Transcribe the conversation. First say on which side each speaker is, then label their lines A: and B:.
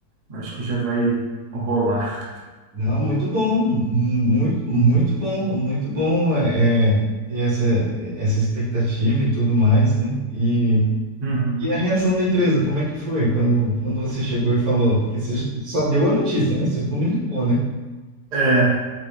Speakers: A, on the right (about 35°); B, on the right (about 80°).
A: acho que já vai rolar.
B: Não, muito bom, muito, muito bom, muito bom é, é, ter essa, essa expectativa e tudo mais, né? E
A: Uhum.
B: E a reação da empresa, como é que foi quando, quando você chegou e falou? Porque você só deu a notícia, né? Você comunicou, né?
A: É,